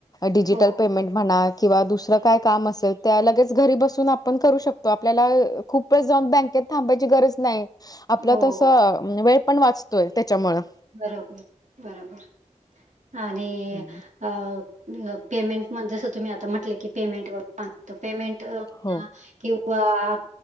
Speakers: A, on the left (about 30°); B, on the right (about 70°).
A: डिजिटल
B: हो,
A: पेमेंट म्हणा. किंवा दुसरं काय काम असेल त्या लगेच घरी बसून आपण करू शकतो आपल्याला खूप वेळस जाऊन बँकेत थांबायची गरज नाही. आपलं
B: हो.
A: तसं वेळ पण वाचतोय त्याच्यामुळं.
B: बरोबर, बरोबर आणि
A: हम्म
B: अ पेमेंट जसं तुम्ही आता म्हटले की पेमेंट व पेमेंट
A: हो
B: किंवा आप